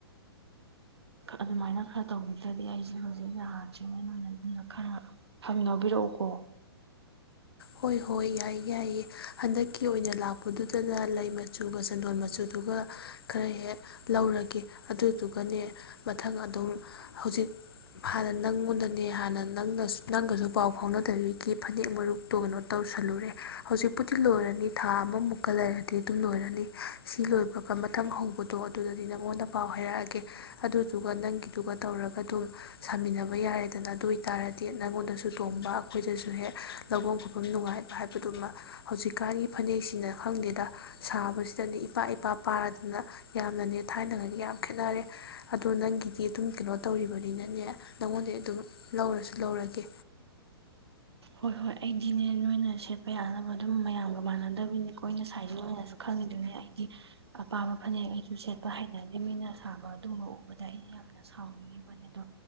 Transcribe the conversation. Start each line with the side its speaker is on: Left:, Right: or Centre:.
Right: ꯑꯗꯨꯃꯥꯏꯅ ꯈꯔ ꯇꯧꯕꯤꯗ꯭ꯔꯗꯤ ꯑꯩꯁꯦ ꯍꯧꯖꯤꯛ ꯌꯥꯗ꯭ꯔꯤꯉꯩꯩꯅꯗ ꯑꯗꯨꯅ ꯈꯔ ꯐꯪꯅꯕꯤꯔꯛꯎꯀꯣ
Left: ꯍꯣꯏ ꯍꯣꯏ ꯌꯥꯏꯌꯦ ꯌꯥꯏꯌꯦ ꯍꯟꯗꯛꯀꯤ ꯑꯣꯏꯅ ꯂꯥꯛꯄꯗꯨꯗꯅ ꯂꯩ ꯃꯆꯨꯒ ꯆꯟꯗꯣꯣꯟ ꯃꯆꯨꯗꯨꯒ ꯈꯔ ꯍꯦꯛ ꯂꯧꯔꯒꯦ ꯑꯗꯨꯗꯨꯒꯅꯦ ꯃꯊꯪ ꯑꯗꯨꯝ ꯍꯧꯖꯤꯛ ꯍꯥꯟꯅ ꯅꯪꯉꯣꯟꯗꯅꯦ ꯍꯥꯟꯅ ꯅ ꯅꯪꯒꯁꯨ ꯄꯥꯎ ꯐꯥꯎꯅꯗꯔꯤꯒꯤ ꯐꯅꯦꯛ ꯃꯔꯨꯞ ꯀꯩꯅꯣ ꯇꯧꯁꯜꯂꯨꯔꯦ ꯍꯧꯖꯤꯛꯄꯨꯗꯤ ꯂꯣꯏꯔꯅꯤ ꯊꯥ ꯑꯃꯃꯨꯛꯀ ꯂꯩꯔꯗꯤ ꯑꯗꯨꯝ ꯂꯣꯏꯔꯅꯤ ꯁꯤ ꯂꯣꯏꯕꯒ ꯃꯊꯪ ꯍꯧꯕꯗꯣ ꯑꯗꯨꯗꯗꯤ ꯅꯪꯉꯣꯟꯗ ꯄꯥꯎ ꯍꯥꯏꯔꯛꯑꯒꯦ ꯑꯗꯨꯗꯨꯒ ꯅꯪꯒꯤꯗꯨꯒ ꯇꯧꯔꯒ ꯑꯗꯨꯝ ꯁꯥꯃꯤꯟꯅꯕ ꯌꯥꯔꯦꯗꯅ ꯑꯗꯨ ꯑꯣꯏꯇꯥꯔꯗꯤ ꯅꯪꯉꯣꯟꯗꯁꯨ ꯇꯣꯡꯕ ꯑꯩꯈꯣꯏꯗꯁꯨ ꯍꯦꯛ ꯂꯧꯐꯝ ꯈꯨꯐꯝ ꯅꯨꯡꯉꯥꯏꯕ ꯍꯥꯏꯕꯗꯨꯃ ꯍꯧꯖꯤꯛꯀꯥꯟꯒꯤ ꯐꯅꯦꯛꯁꯤꯅ ꯈꯪꯗꯦꯗ ꯁꯥꯕꯁꯤꯗꯅꯦ ꯏꯄꯥ ꯏꯄꯥ ꯄꯥꯔꯗꯅ ꯌꯥꯝꯅꯅꯦ ꯊꯥꯏꯅꯉꯅꯤ ꯌꯥꯝ ꯈꯦꯠꯅꯔꯦ ꯑꯗꯣ ꯅꯪꯒꯤꯗꯤ ꯑꯗꯨꯝ ꯀꯩꯅꯣ ꯇꯧꯔꯤꯕꯅꯤꯅꯅꯦ ꯅꯉꯣꯟꯗꯩ ꯑꯗꯨꯝ ꯂꯧꯔꯁꯨ ꯂꯧꯔꯒꯦ
Right: ꯍꯣꯏ ꯍꯣꯏ ꯑꯩꯗꯤꯅꯦ ꯅꯣꯏꯅ ꯁꯦꯠꯄ ꯌꯥꯅꯕ ꯑꯗꯨꯝ ꯃꯌꯥꯝꯒ ꯃꯥꯟꯅꯗꯕꯤꯅꯤ ꯀꯣꯏꯅ ꯁꯥꯏꯖ ꯑꯣꯏꯅꯁꯨ ꯈꯪꯉꯤꯗꯨꯅꯦ ꯑꯩꯗꯤ ꯑꯄꯥꯕ ꯐꯅꯦꯛ ꯑꯩꯁꯨ ꯁꯦꯠꯄ ꯍꯩꯅꯗꯦ ꯃꯤꯅ ꯁꯥꯕ ꯑꯗꯨꯝꯕ ꯎꯕꯗ ꯑꯩꯁꯦ ꯌꯥꯝꯅ ꯁꯥꯎꯅꯤꯡꯉꯤꯕꯅꯦ ꯑꯗꯣ